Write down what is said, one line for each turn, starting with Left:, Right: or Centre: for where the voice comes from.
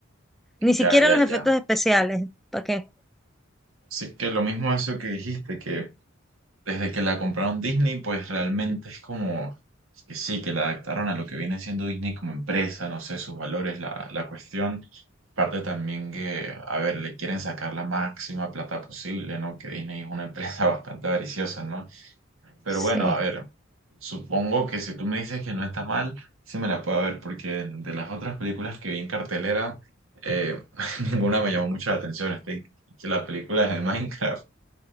Centre: ni siquiera
Right: ya, ya,
Centre: en los efectos
Right: ya.
Centre: especiales, ¿para qué?
Right: Así que lo mismo eso que dijiste, que desde que la compraron Disney, pues realmente es como que sí, que la adaptaron a lo que viene siendo Disney como empresa, no sé, sus valores, la, la cuestión. Aparte también que, a ver, le quieren sacar la máxima plata posible, ¿no? Que Disney es una empresa <laughs> bastante avariciosa, ¿no? Pero
Centre: Sí.
Right: bueno, a ver, supongo que si tú me dices que no está mal, sí me la puedo ver, porque de las otras películas que vi en cartelera, eh, <laughs> ninguna me llamó mucho la atención. Estoy que la película es de Minecraft,